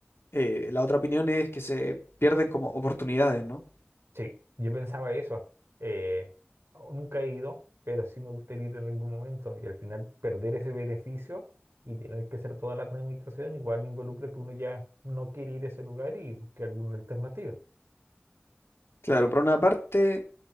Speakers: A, on the left (about 75°); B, on the right (about 85°).
A: eh, la otra opinión es que se pierden como oportunidades, ¿no?
B: Sí, yo pensaba eso. Eh, oh, nunca he ido, pero sí me gustaría ir en algún momento y al final perder ese beneficio y tener que hacer toda la tramitación igual involucra que uno ya no quiere ir a ese lugar y busque alguna alternativa.
A: Claro, por una parte